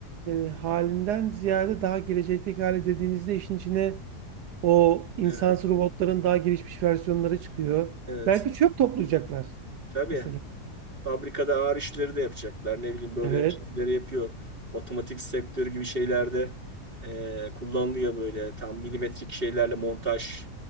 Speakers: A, on the right; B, on the right.
A: e, halinden ziyade daha gelecekteki hali dediğinizde işin içine o insansı
B: Evet.
A: robotların daha gelişmiş versiyonları çıkıyor.
B: Evet.
A: Belki çöp toplayacaklar
B: Tabii.
A: mesela.
B: Fabrikada ağır işleri de yapacaklar. Ne bileyim böyle
A: Evet.
B: şeyleri yapıyor. Otomatik sektörü gibi şeylerde e, kullanılıyor böyle tam milimetrik şeylerle montaj